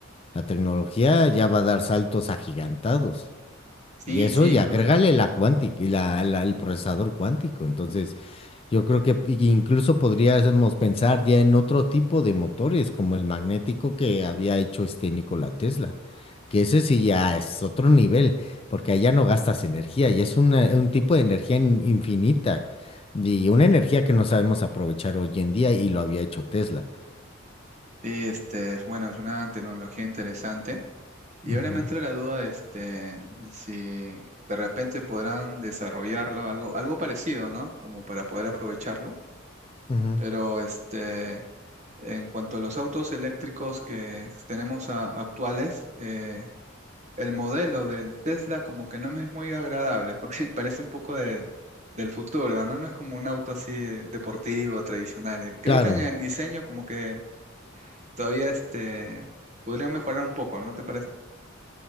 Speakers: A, on the left (about 30°); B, on the right (about 35°).
A: La tecnología ya va a dar saltos agigantados.
B: Sí,
A: Y eso,
B: sí,
A: y
B: jus-
A: agrégale la cuántica, y la, la- el procesador cuántico. Entonces, yo creo que i- incluso podríamos pensar ya en otro tipo de motores, como el magnético que había hecho este Nikola Tesla, que ese sí ya es otro nivel, porque allá no gastas energía, y es una- un tipo de energía in- infinita, y una energía que no sabemos aprovechar hoy en día, y lo había hecho Tesla.
B: sí, este, es bueno, es una tecnología interesante. Y
A: Ujú,
B: ahora me entra la duda, este, si de repente podrán desarrollarlo, algo, algo parecido, ¿no? Como para poder aprovecharlo.
A: ujú.
B: Pero este, en cuanto a los autos eléctricos que tenemos a- actuales, eh, el modelo del Tesla como que no me es muy agradable porque <laughs> parece un poco de- del futuro, ¿no? No es como un auto así eh, deportivo, tradicional. Eh, Creo
A: Claro,
B: que en el diseño como que todavía este, podría mejorar un poco, ¿no te parece?